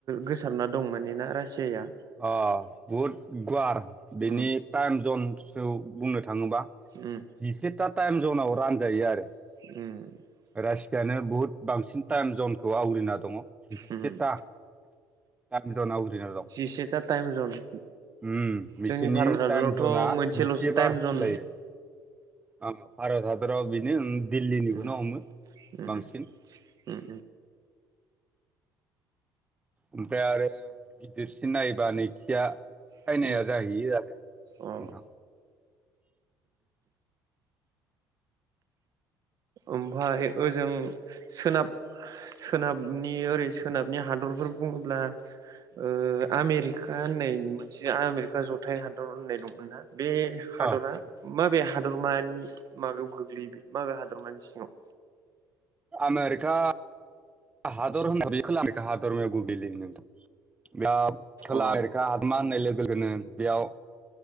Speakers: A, on the right; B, on the right.
A: गोसारना दं मानोना रासियाया
B: अ बहुद गुवार बेनि
A: उम
B: टाइम जन सो बुंनो थाङोबा
A: उम
B: जिसेथा टाइम जनाव रानजायो आरो
A: उम
B: रासियानो बुहुद बांसिन टाइम जनखौ आवग्रिना दङ जिसेथा
A: उम
B: गामि आवग्रिनानै दं
A: जिसेथा टाइम जन
B: ओम बिसोरनि
A: जोंनि भारत हादरावथ'
B: टाइम जना
A: मोनसेल'सो
B: जिसे बार
A: टाइम जन
B: सोलायो औ भारत हादराव बेनो दिल्लीनिखौनो
A: उम
B: हमो
A: उम
B: बांसिन
A: उम
B: ओमफ्राय आरो गिदिरसिन नायोबा नैथिया चायनाया
A: उम उम
B: जाहैयो आरो
A: अ
B: नोंथां
A: ओमफ्राय ओजों सोनाब सोनाबनि ओरै सोनाबनि हादरफोर बुङोब्ला ओ आमेरिका होननाय मोनसे आमेरिका जथाय हादर होननाय दंमोना बे हादरा
B: ओ
A: माबे हादरमानि माबायाव गोग्लैबाय माबे हादरमानि सिङाव
B: आमेरिका हादर खोला हादर गोग्लैयो बेयाव खोला
A: अ
B: आमेरिका हादमा होननाय लोगोनो बेयाव